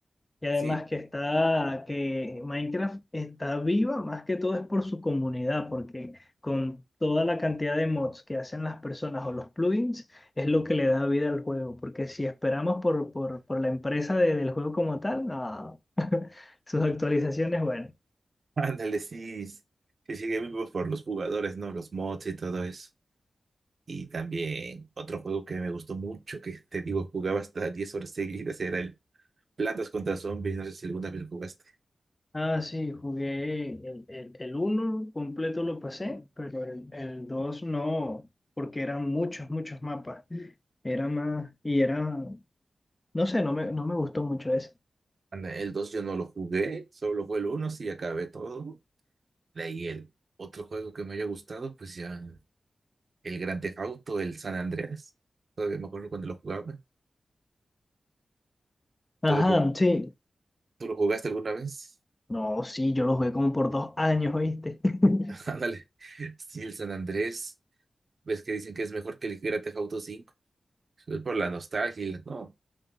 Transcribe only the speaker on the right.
sí,
<laughs> ándale, sí. Sí, sigue vivo por los jugadores, ¿no? Los mods y todo eso. Y también otro juego que me gustó mucho, que te digo, jugaba hasta 10 horas seguidas, era el Plantas contra Zombies. No sé si alguna vez lo jugaste.
Anda, el 2 yo no lo jugué, solo fue el uno sí, acabé todo. De ahí el otro juego que me haya gustado, pues ya. el Grand Theft Auto, el San Andreas. Todavía me acuerdo cuando lo jugaba.
¿Tú lo, ju-
tú lo jugaste alguna vez?
<laughs> Ándale. Sí, el San Andrés. ¿Ves que dicen que es mejor que el Grand Theft Auto 5? Es por la nostalgia, y la- ¿no?